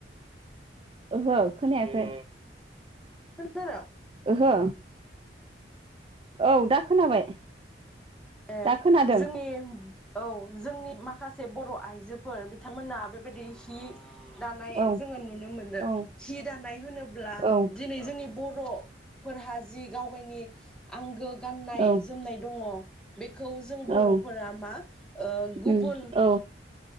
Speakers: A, on the right; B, in the centre.
A: ओहो खोनायाखै
B: खोन्थादों,
A: ओहो औ दा खोनाबाय
B: ए
A: दा खोनादों
B: जोंनि औ जोंनि मा माखासे बर' आइ आइजोफोर बिथांमोना बे बे बायदि हि दानाय
A: औ
B: जोङो नुनो मोनो
A: औ
B: हि दानाय होनोब्ला
A: औ
B: दिनै जोंनि बर' फोरहा जि गावगायनि आंगो गाननाय
A: औ
B: जोमनाय दङ, बेखौ जों बर'फोरा
A: औ
B: मा ओ
A: उम
B: गुबुन,
A: औ